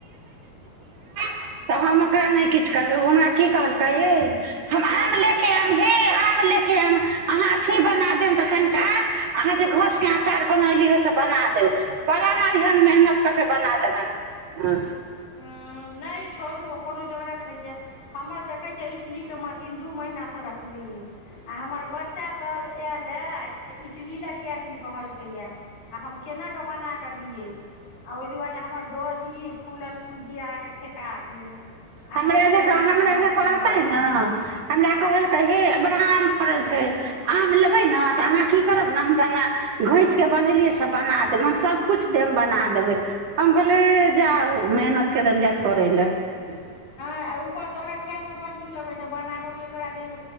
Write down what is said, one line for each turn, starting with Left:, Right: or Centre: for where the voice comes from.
Right: ह तऽ हम
Left: हूँ
Right: ओकरा नहि किछु करबै ओ हमरा की कहैे हम आ ले आ हे आम ले के आम अहाँ अथ बना देम तऽ तनिक अहाँ जे घसके आचार बनी बना देब बड़ा ने एहन मेहनत कऽ के बना देबनि
Left: उ न छोड़ु कोनो जोगरक के नहि छै हमर देखै छियै इडली के मशीन दू महीना से रखलियै आ हमर बच्चास सब आयले इटली लए क दिन कहलकै यए आ हम केनाकऽ बना कऽ दियै आ ओहि दुआरे हमर दही फुलल सूजी अहाँके फेका गेल
Right: हमरा
Left: आ नहि
Right: जे
Left: के नहि
Right: हमरा
Left: हमर मशीन
Right: जे कहतै
Left: दऽ गेल
Right: ने हमरा कहलकै हे बड़ा आम फड़ल छै आम लेबै ने तऽ अहाँ की करब ने हमरा ने घैसि के बनेलियै से बना देब हम सभकिछु देब बना देबै हम कहलिय जाउ मेहनतके रञ्जत करै लए <unintelligible>
Left: ऊपर से ओकरा खाय में बड नीक लगै छै बनावे मे ओकरा दे मे